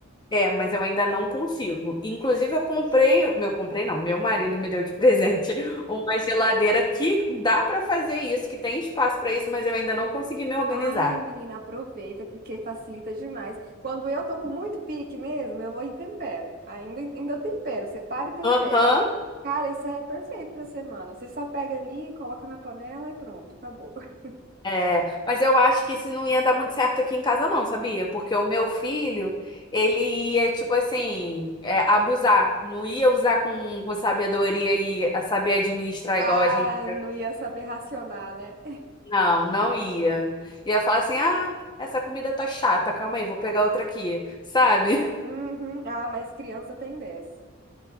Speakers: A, on the left; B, on the right.
A: É, mas eu ainda não consigo. Inclusive, eu comprei, meu, comprei não, meu marido me deu de presente <laughs> uma geladeira que dá pra fazer isso, que tem espaço pra isso, mas eu ainda não consegui me organizar.
B: Ai, menina, aproveita, porque facilita demais. Quando eu tô com muito pique mesmo, eu vou e tempero. Ainda, ainda tempero, separa e tempera.
A: Aham,
B: Cara, isso é perfeito pra semana. Você só pega ali, coloca na panela e pronto, acabou. <laughs>
A: É, mas eu acho que isso não ia dar muito certo aqui em casa, não, sabia? Porque o meu filho, ele ia, tipo assim, é, abusar. Não ia usar com, com sabedoria e a saber administrar igual
B: Ah,
A: a gente.
B: não ia saber racionar, né?
A: Não, não ia. Ia falar assim: ah, essa comida tá chata, calma aí, vou pegar outra aqui, sabe? <laughs>
B: Uhum. Ah, mas criança tem 10